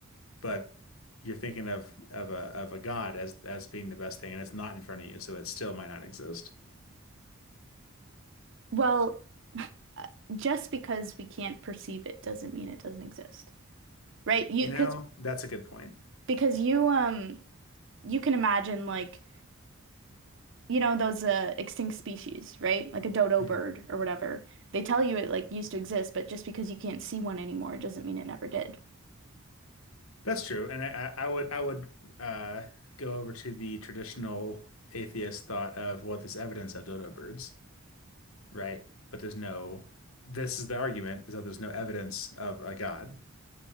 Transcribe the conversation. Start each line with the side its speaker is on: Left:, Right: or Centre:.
Left: but you're thinking of of a of a god as as being the best thing, and it's not in front of you, so it still might not exist.
Right: Well, uh, just because we can't perceive it doesn't mean it doesn't exist, right? You
Left: You
Right: because
Left: know, that's a good point.
Right: because you um you can imagine like you know those uh, extinct species, right? Like a dodo
Left: Mm-hmm.
Right: bird or whatever. They tell you it like used to exist, but just because you can't see one anymore, it doesn't mean it never did.
Left: That's true, and I, I I would I would uh, go over to the traditional atheist thought of well, there's evidence of dodo birds, right? But there's no. This is the argument is that there's no evidence of a God,